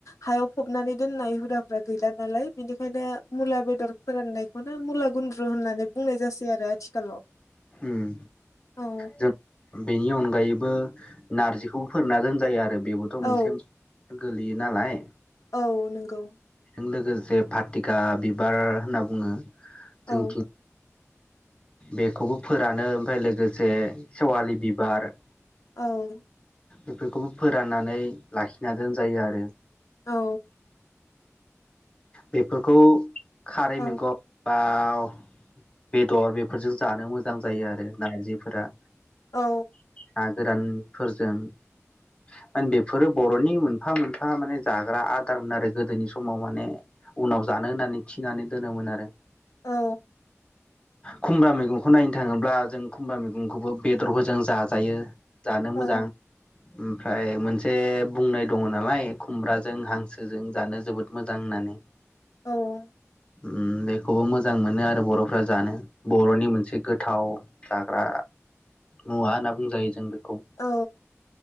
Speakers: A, on the left; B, on the left.
A: हायाव फबनानै दोननाय हुदाफ्रा गैला नालाय बिनिखायनो मुला बेदर फोराननायखौनो मुला गुन्द्रु होननानै बुंनाय जासै आरो आथिखालाव
B: उम
A: औ।
B: जों बेनि अनगायैबो नारजिखौबो फोरानना दोनजायो आरो। बेबोथ' मोनसे
A: औ
B: गोलैयो नालाय।
A: औ नंगौ।
B: बेजों लोगोसे फाथिखा बिबार होनना बुङो।
A: औ
B: जोंथिं बेखौबो फोरानो ओमफ्राय लोगोसे सेवालि बिबार।
A: औ।
B: बेफोरखौबो फोराननानै लाखिना दोन जायो आरो।
A: औ
B: बेफोरखौ खारै
A: औ
B: मैगं दाउ बेदर बेफोरजों जानो मोजां जायो आरो नारजिफोरा।
A: औ।
B: ना गोरानफोरजों माने बेफोरो बर'नि मोनफा मोनफा माने जाग्रा आदारमोन आरो गोदोनि समाव माने उनाव जानो होननानै थिनानै दोनोमोन आरो।
A: औ
B: खुमब्रा मैगंखौ नायनो थाङोब्ला जों खुम्ब्रा मैगंखौबो बेदर बोजों जाजायो। जानो
A: औ
B: मोजां। ओमफ्राय मोनसे बुंनाय दङ नालाय खुमब्राजों हांसोजों जानो जोबोद मोजां होननानै।
A: औ
B: उम बेखौबो मोजां मोनो आरो बर'फ्रा जानो बर'नि मोनसे गोथाव जाग्रा मुवा होनना बुंजायो जों बे खौ।
A: औ